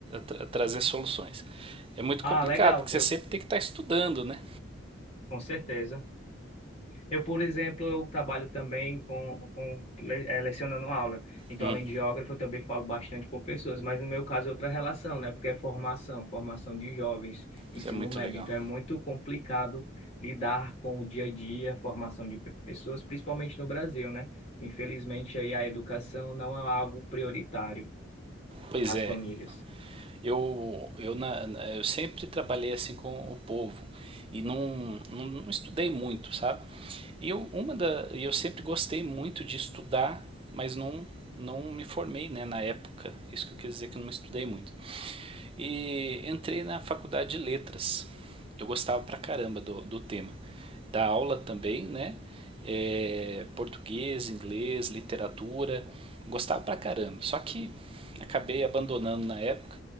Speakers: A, on the right (about 25°); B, on the left (about 30°).
A: tra trazer soluções. É muito complicado,
B: Ah, legal,
A: porque você
B: viu?
A: sempre tem que estar estudando, né?
B: Com certeza. Eu, por exemplo, eu trabalho também com, com le- eh, lecionando aula. Então,
A: Hum,
B: além de geógrafo, eu também falo bastante com pessoas, mas no meu caso é outra relação, né? Porque é formação, formação de jovens, ensino
A: isso é muito
B: médio.
A: legal.
B: Então, é muito complicado lidar com o dia a dia, formação de pe- pessoas, principalmente no Brasil, né? Infelizmente, aí a educação não é algo prioritário
A: Pois
B: às
A: é,
B: famílias.
A: eu, eu, na, eu sempre trabalhei assim com o povo e não, não, não estudei muito, sabe? E eu, uma da, eu sempre gostei muito de estudar, mas não, não me formei né, na época. Isso que eu quis dizer que eu não estudei muito. E entrei na faculdade de letras. Eu gostava pra caramba do, do tema. Da aula também, né? É, português, inglês, literatura. Gostava pra caramba. Só que acabei abandonando na época.